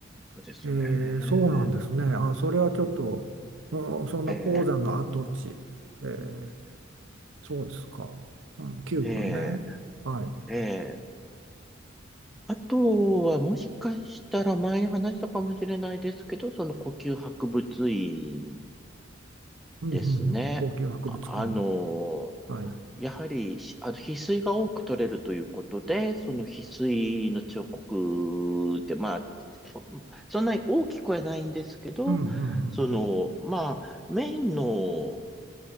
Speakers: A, in the centre; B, on the right (about 70°).
A: そうですね。
B: えーそうなんですね。あ、それはちょっと、うん、そんな鉱山の跡地。
A: ええ
B: ええそうですか。あの、9分ね。
A: え
B: はい。
A: えええあとは、もしかしたら前に話したかもしれないですけど、その呼吸博物院
B: うんうんうん。
A: ですね。
B: 王宮博物院。
A: あ、あの、
B: はい。う
A: やはり、しあの、翡翠が多く取れるということで、その翡翠の彫刻で、まあ、そんなに大きくはないんですけど、
B: んうんうん
A: その、まあ、メインの